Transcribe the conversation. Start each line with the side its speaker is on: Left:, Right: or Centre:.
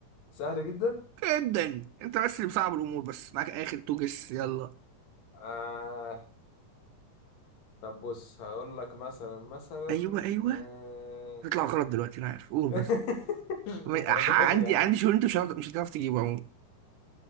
Left: سهل جدا
Right: جدا انت بس اللي بصعب الامور بس معاك اخر تو جس يلا
Left: آه طب بص هقول لك مثلا مثلا
Right: ايوه ايوه
Left: آه
Right: هتطلع غلط دلوقتي انا عارف قول
Left: <laughs>
Right: بس
Left: مش للدرجة
Right: م- ح- عندي
Left: دي يا عم
Right: عندي شغل انت مش هتعرف مش هتعرف تجيبه عموما